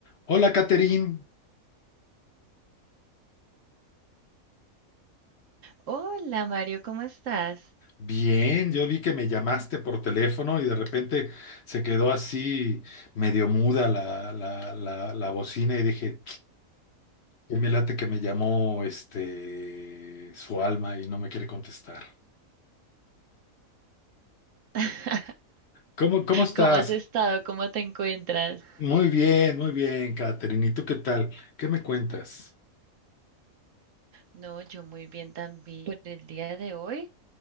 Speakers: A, on the left (about 55°); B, on the right (about 65°).
A: Hola, Catherine.
B: Hola Mario, ¿cómo estás?
A: Bien, yo vi que me llamaste por teléfono y de repente se quedó así medio muda la, la, la, la bocina y dije, "Qué me late que me llamó este su alma y no me quiere contestar.
B: <laughs>
A: ¿Cómo, cómo estás?
B: ¿Cómo has estado? ¿Cómo te encuentras?
A: Muy bien, muy bien, Catherine. ¿Y tú qué tal? ¿Qué me cuentas?
B: No, yo muy bien también por el día de hoy.